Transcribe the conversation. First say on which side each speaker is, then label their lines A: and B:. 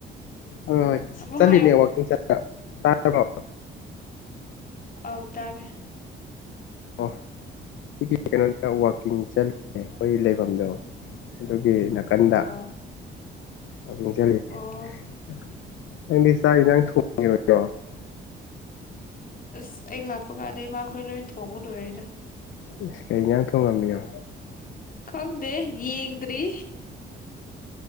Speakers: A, on the left; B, on the left.
A: ꯎꯝ
B: ꯑ‌ꯣ ꯆ
A: ꯑꯃꯨꯛ
B: ꯆꯠꯂꯤꯅꯦꯕꯥ
A: ꯍꯥꯏꯌꯣ
B: ꯋꯥꯀꯤꯛ <unintelligible> ꯇꯥꯗ꯭ꯔ‌ꯣ
A: ꯑꯧ ꯇꯥꯔꯦ
B: ꯑꯣ ꯁꯤ ꯀꯩꯅꯣꯗ ꯋꯥꯛꯀꯤꯡ ꯆꯠꯂꯤꯌ‌ꯦ ꯈꯣꯏ ꯂꯩꯐꯝꯗꯣ ꯑꯗꯨꯒꯤ ꯅꯥꯀꯟꯗ
A: ꯑꯣ
B: <unintelligible>
A: ꯑꯣ
B: ꯅꯪꯗꯤ ꯆꯥꯛ ꯏꯟꯖꯥꯡ ꯊꯣꯡ <unintelligible> ꯔꯣꯏꯗꯣ
A: ꯑꯁ ꯑꯩ ꯂꯥꯛꯄ ꯀꯥꯟꯗ ꯏꯃꯥꯈꯣꯏ ꯂꯣꯏ ꯊꯣꯡꯕ ꯂꯣꯏꯔꯦꯗ
B: ꯏꯁ ꯀꯩ ꯍꯤꯡꯖꯥꯡ ꯊꯣꯡꯉꯝꯃꯤꯅꯣ
A: ꯈꯪꯗꯦ ꯌꯦꯡꯗ꯭ꯔꯤ